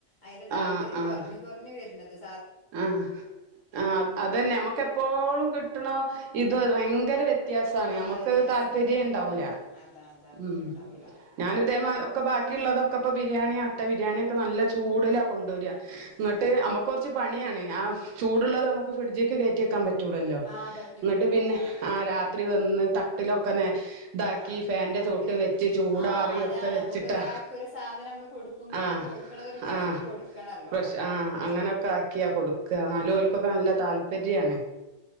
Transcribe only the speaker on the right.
ആഹ് ആഹ്
ആഹ് ആഹ്. അതന്നെ നമ്മക്ക് എപ്പോഴും കിട്ടണോ ഇത് വയ്ങ്കര വ്യത്യാസാണ്.
നമ്മക്കഅ്
താല്പര്യം ണ്ടാവൂല.
ഉം
ഞാന് ഇതേ ഒക്കെ ബാക്കിള്ളതൊക്കെ ഇപ്പോ ബിരിയാണി ആവട്ടെ ബിരിയാണിക്കെ നല്ല ചൂട്ലാ കൊണ്ടൊരാ. ഇങ്ങട്ട്
അമ്മക്ക് കൊർച്ച് ച്ച് പണിയാണ്. ആ ചൂട്ള്ളത് അമ്മക്ക് ഫ്രിഡ്ജിക്ക് കേറ്റിയെക്കാൻ പറ്റുലല്ലോ.
എന്നിട്ട് പിന്നെ
ആ
രാത്രി
വന്ന് തട്ടിലൊക്കെ ഇതാക്കി
ഫാന്റെ
ചോട്ട്
വെച്ച് ചൂടാറി
ഒക്കെ വെച്ചിട്ടാ
ആഹ്
ആഹ്
ഫ്രഷ് ആഹ്
അങ്ങനെ- ആക്കിയ കൊടുക്ക എന്നാലും
ഓൾക്ക് ഒക്കെ
നല്ല താല്പര്യം ആണ്